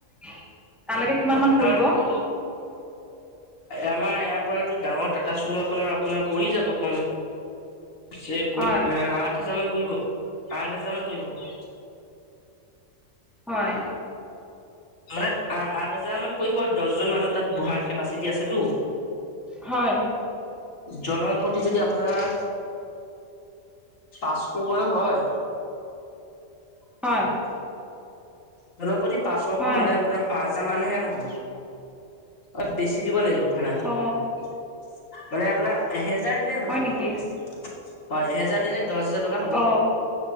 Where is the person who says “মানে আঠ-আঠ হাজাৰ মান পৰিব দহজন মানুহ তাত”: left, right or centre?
Left